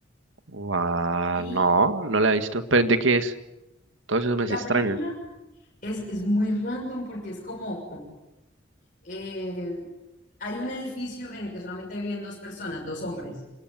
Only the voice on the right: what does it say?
Guau,
no, no la he visto. ¿Pero de qué es? Todo eso me
es extraño.